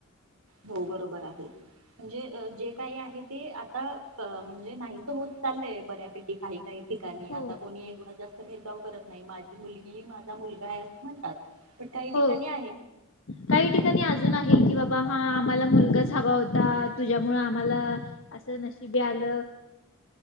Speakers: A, on the right; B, on the left.
A: हो बरोबर आहे म्हणजे जे काही आहे ते आता म्हणजे नाहीस होत चाललय बऱ्यापैकी काही काही ठिकाणी
B: हो
A: आता कोणी एक जास्त भेदभाव करत नाही माझी मुलगी, माझा मुलगा आहे असं म्हणतात. काही ठिकाणी
B: हो
A: आहे.
B: काही ठिकाणी अजून आहे की बाबा हा मला मुलगाच हवा होता तुझ्यामुळ आम्हाला अस नशिबी आलं.